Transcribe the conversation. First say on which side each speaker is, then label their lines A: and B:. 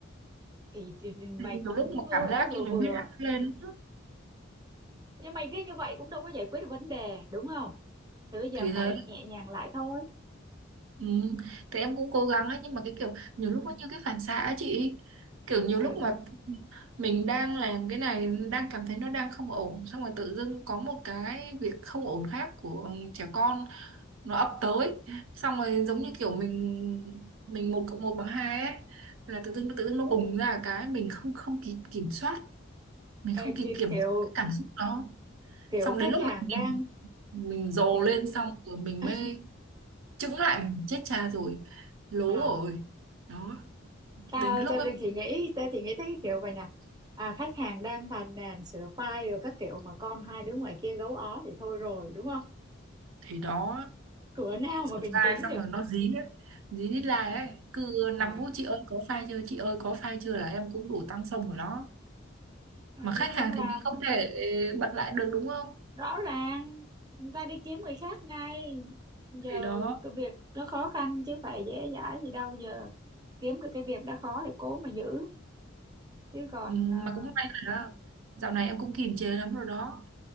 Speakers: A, on the right; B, on the right.
A: thì, thì
B: Đến
A: mày cũng
B: từ lúc mà
A: vừa-
B: cảm
A: ấy
B: giác
A: vừa
B: như nó
A: vừa.
B: huyết áp lên
A: Nhưng mày cứ như vậy cũng đâu có giải quyết được vấn đề đúng không? Thì bây giờ
B: thì thế
A: phải nhẹ nhàng lại thôi.
B: Ừ. Thì em cũng cố gắng ấy nhưng mà cái kiểu nhiều lúc nó như cái phản xạ ấy chị kiểu nhiều
A: Ừ.
B: lúc mà mình đang làm cái này đang cảm thấy nó đang không ổn xong rồi tự dưng có một cái việc không ổn khác của trẻ con nó ập tới xong rồi giống như kiểu mình mình một cộng một bằng hai ấy là tự dưng tự dưng nó bùng ra cái mình không không kịp kiểm soát mình không
A: Ê,
B: kịp
A: ki-
B: kiểm
A: kiểu
B: soát cái cảm xúc đó
A: kiểu
B: xong
A: khách
B: đến lúc
A: hàng
B: mình
A: đang
B: mình, mình dồn
A: kiểu
B: lên xong rồi mình
A: <laughs>
B: mới Chững lại mình chết cha rồi lố
A: à
B: rồi đó
A: tao
B: đến cái
A: tao
B: lúc ấy
A: thì nghĩ tao thì nghĩ thấy cái kiểu vậy nè. À, khách hàng đang phàn nàn sửa file rồi các kiểu mà con hai đứa ngoài kia gấu ó thì thôi rồi đúng không?
B: thì đó
A: Cửa nào
B: sửa
A: mà bình
B: sai
A: tĩnh
B: xong
A: được.
B: rồi nó dí đấy dí đít lai
A: À.
B: ấy cứ 5
A: Ờ,
B: phút chị ơi có file chưa chị ơi có file chưa là em cũng đủ tăng xong rồi đó
A: Ờ,
B: mà khách
A: không
B: hàng
A: làm
B: thì mình không thể bật lại được đúng không
A: rõ ràng người ta đi kiếm người khác ngay giờ
B: thì đó
A: cái việc nó khó khăn chứ phải dễ dãi gì đâu giờ kiếm được cái việc đã khó thì cố mà giữ chứ còn
B: ừ,
A: à,
B: mà cũng may là dạo này em cũng kiềm chế lắm rồi đó